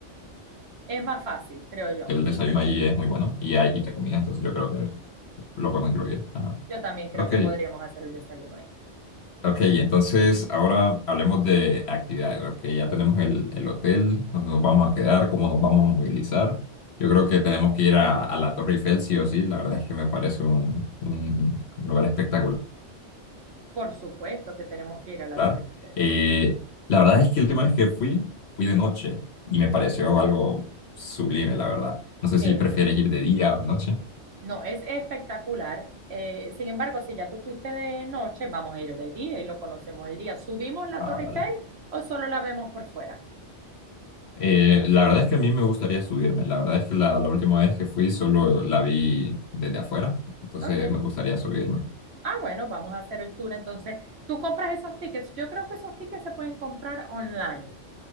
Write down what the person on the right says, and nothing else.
Es más fácil, creo yo.
Inclu-
sí,
Yo también creo
que podríamos hacer el desayuno ahí.
Por supuesto que tenemos que ir a la
Torre Eiffel.
Eh,
No, es espectacular. Eh, sin embargo, si ya tú fuiste de noche, vamos a ir de día y lo conocemos el día. ¿Subimos la
Torre
Eiffel o solo la vemos por fuera?
Ok.
Ah, bueno, vamos a hacer el tour. Entonces, tú compras esos tickets. Yo creo que esos tickets se pueden comprar online.